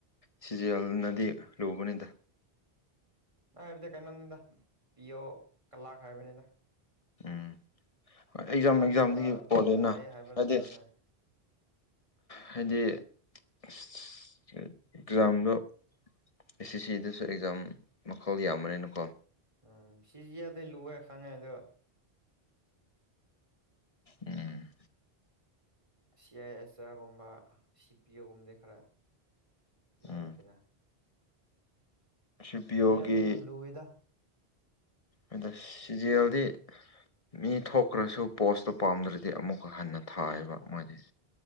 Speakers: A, on the left; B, on the right.
A: ꯁꯤ ꯖꯤ ꯑꯦꯜꯅꯗꯤ ꯂꯨꯕꯅꯤꯗ
B: ꯅꯪ ꯍꯥꯏꯕꯗꯤ ꯀꯩꯅꯣꯅꯤꯗ ꯄꯤꯌꯣ ꯀꯂꯥꯛ ꯍꯥꯏꯕꯅꯤꯗ
A: ꯎꯝ ꯍꯣꯏ ꯑꯦꯛꯖꯥꯝ
B: ꯀꯂꯥꯛꯗꯤ
A: ꯑꯦꯛꯖꯥꯝꯗꯒꯤ
B: ꯈꯔ
A: ꯄꯣꯜꯂꯦꯅ
B: ꯂꯥꯏ ꯍꯥꯏꯕ
A: ꯍꯥꯏꯗꯤ
B: ꯅꯠꯇ꯭ꯔꯣꯅꯦ
A: ꯍꯥꯏꯗꯤ ꯑꯁ ꯑꯦꯛꯖꯥꯝꯗꯣ ꯑꯦꯁ ꯑꯦꯁ ꯁꯤꯗꯁꯨ ꯑꯦꯛꯖꯥꯝ ꯃꯈꯜ ꯌꯥꯝꯕꯅꯤꯅꯀꯣ
B: ꯎꯝ ꯁꯤ ꯖꯤ ꯑꯦꯜꯗꯤ ꯂꯨꯑꯦ ꯈꯪꯉꯦ ꯑꯗꯣ
A: ꯎꯝ
B: ꯁꯤ ꯑꯥꯏ ꯑꯦꯁ ꯑꯥꯔꯒꯨꯝꯕ ꯁꯤ ꯄꯤ ꯑꯣꯒꯨꯝꯕꯗꯤ ꯈꯔ ꯂꯩꯗꯅ
A: ꯎꯝ ꯄꯤ
B: ꯁꯤ
A: ꯑꯣꯒꯤ
B: ꯖꯤ ꯑꯦꯜꯗꯤ ꯌꯥꯝ ꯂꯨꯋꯦꯗ
A: ꯑꯗ ꯁꯤꯖꯤ ꯑꯦꯜꯗꯤ ꯃꯤ ꯊꯣꯛꯈ꯭ꯔꯁꯨ ꯄꯣꯁꯇꯨ ꯄꯥꯝꯗ꯭ꯔꯗꯤ ꯑꯃꯨꯛꯀ ꯍꯟꯅ ꯊꯥꯏꯑꯕ ꯃꯣꯏꯗꯤ